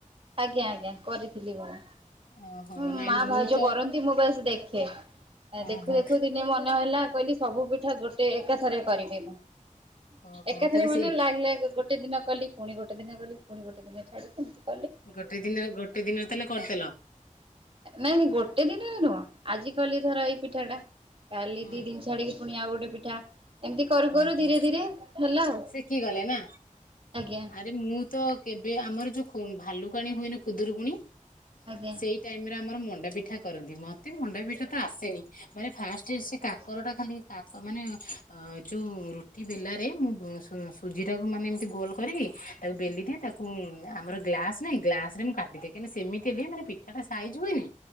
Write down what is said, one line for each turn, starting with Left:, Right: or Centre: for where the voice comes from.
Right: ଆଜ୍ଞା ଆଜ୍ଞା କରିଥିଲି ମୁଁଁ
Left: ଓହୋ
Right: ।ମା
Left: ନାଇଁ ମୁଁ
Right: ଭାଉଜ
Left: ତ
Right: କରନ୍ତି ମୁଁ ବସ ଦେଖ। <unintelligible> ଆ
Left: ଓହୋ
Right: ଦେଖୁ ଦେଖୁ ଦିନେ ମନ ହେଲା କହିଲି ସବୁ ପିଠା ଗୋଟେ ଏକା ଥରେ କରିବି ମୁଁ।
Left: ଓହୋ
Right: ଏକାଥରେ
Left: ତାହେଲେ
Right: ମାନେ
Left: ସେ
Right: ଲାଗ୍ ଲାଗ୍ ଗୋଟେ ଦିନ କଲି ପୁଣି ଗୋଟେ ଦିନ କଲି ପୁଣି ଗୋଟେ ଦିନ ଛାଡ଼ି ଏମତି
Left: ଗୋଟେ ଦିନରେ ଗୋଟେ ଦିନରେ ତାହେଲେ କରିଦେଲ?
Right: ନାଇଁ ନାଇଁ ଗୋଟେ ଦିନରେ ନୁହଁ ଆଜି କଲି ଧର ଏଇ ପିଠା ଟା କାଲି
Left: ହୁଁ
Right: ଦି ଦିନ ଛାଡିକି ପୁଣି ଆଉ ଗୋଟେ ପିଠା। ଏମିତି କରୁ କରୁ
Left: ଓହୋ
Right: ଧୀରେ ଧୀରେ ହେଲା ଆଉ
Left: ସିକି ଗଲେ ନା,
Right: ଆଜ୍ଞା
Left: ଆରେ ମୁଁ ତ କେବେ ଆମର ଯୋଉ ଖୁ ଭାଲୁ କାଣି ହୁଏନି ଖୁଦୁରୁକୁୁଣି
Right: ଆଜ୍ଞା।
Left: ସେଇ ଟାଇମ ରେ ଆମର ମଣ୍ଡା ପିଠା କରନ୍ତି ମ ମତେ ମଣ୍ଡା ପିଠା ତ ଆସେନି। ମାନେ ଫାଷ୍ଟ
Right: ଆଜ୍ଞା
Left: ସେ କାକର ଟା ଖାଲି କାକ ମାନେ <unintelligible> ଯୋଉଁ ରୁଟି ବେଲାରେ ମୁଁ ସୁଜି ଟାକୁ ମାନେ ଏମିତି ଗୋଲ କରି ତାକୁ ବେଲି ଦିଏ ତାକୁ କୁ ଆମର ଗ୍ଲାସ ନାଇଁ ଗ୍ଲାସ ସେମିତି କାଟିଦିଏ କିନ୍ତୁ ସେମିତି ବି ମାନେ ପିଠା ଟା ସାଇଜ ହୁଏନି।